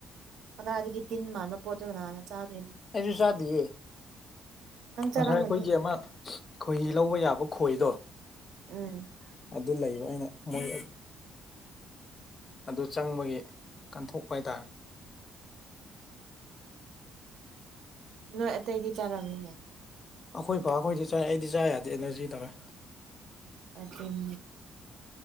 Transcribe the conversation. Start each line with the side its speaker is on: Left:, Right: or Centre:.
Right: ꯀꯗꯥꯏꯗꯒꯤ ꯇꯤꯟ ꯃꯥꯟꯕ ꯄꯣꯠꯇꯣꯏꯅ ꯀꯥꯅꯅ ꯆꯥꯗꯣꯏꯅꯣ
Left: ꯑꯩꯖꯨ ꯆꯥꯗꯤꯌꯦ
Right: ꯅꯪ
Left: ꯉꯁꯥꯏ
Right: ꯆꯥꯔꯝꯒꯅꯤ
Left: ꯑꯩꯈꯣꯏꯒꯤ ꯑꯃ ꯈꯣꯏꯍꯤ ꯂꯧꯕ ꯌꯥꯕ ꯈꯣꯏꯗꯣ
Right: ꯎꯝ
Left: ꯑꯗꯨ ꯂꯩꯕ ꯑꯩꯅ ꯃꯣꯏ ꯑꯗꯨ ꯆꯪꯕꯒꯤ ꯀꯟꯊꯣꯛꯄ ꯍꯥꯏꯇꯥꯔꯦ
Right: ꯅꯣꯏ ꯑꯇꯩꯗꯤ ꯆꯥꯔꯝꯅꯤꯅꯦ
Left: ꯑꯩꯈꯣꯏꯕꯥꯈꯣꯏꯗꯤ ꯆꯥꯏ ꯑꯩꯗꯤ ꯆꯥ ꯌꯥꯗꯦ ꯑꯦꯂꯔꯖꯤ ꯇꯧꯋꯦ
Right: ꯑꯗꯨꯝ